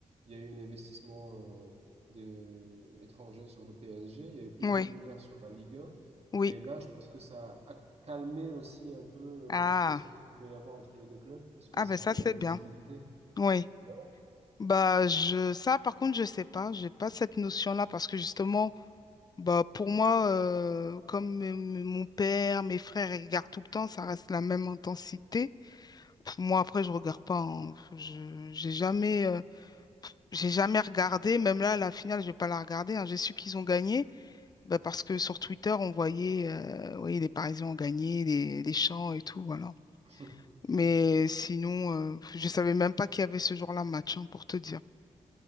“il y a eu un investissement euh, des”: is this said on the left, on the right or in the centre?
Right